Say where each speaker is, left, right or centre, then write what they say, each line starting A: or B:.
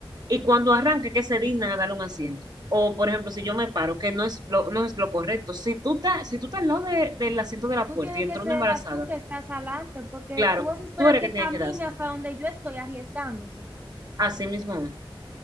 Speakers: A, on the right; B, on the right.
A: y cuando arranque, que se dignan a darle un asiento. O, por ejemplo, si yo me paro, que no es lo, no es lo correcto. Si tú estás, si tú estás al lado de- del asiento de la
B: Tú
A: puerta
B: tienes
A: y entró
B: que cederla
A: una embarazada
B: tú que estás adelante, porque
A: Claro,
B: tú vas a esperar
A: tú eres
B: que
A: que tienes
B: camine
A: que darse.
B: hasta donde yo estoy arriesgándose.
A: Así mismo, es.